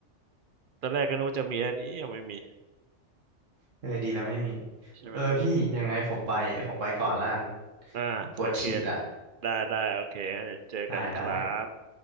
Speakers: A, on the right; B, on the right.
A: <laughs> ตอนแรกก็นึกว่าจะมีอันนี้ยังไม่มี
B: เออดีแล้วไม่มี
A: ใช่ไหมใช่ไหม
B: เออพี่ยังไงผมไปผมไปก่อนล้าน
A: อ่าโอเคนะได้ได้โอเคงั้นเดี๋ยวเจอกันครับ
B: ปวดฉี่ละได้ได้